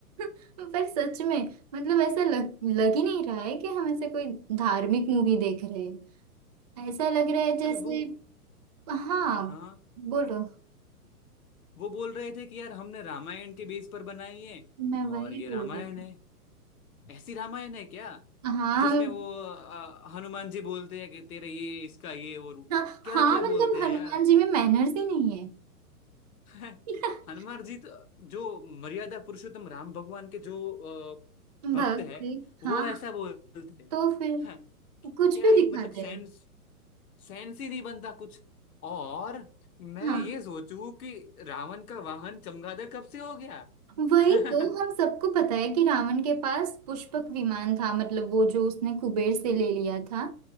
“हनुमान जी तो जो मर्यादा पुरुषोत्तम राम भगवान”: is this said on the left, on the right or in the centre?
Left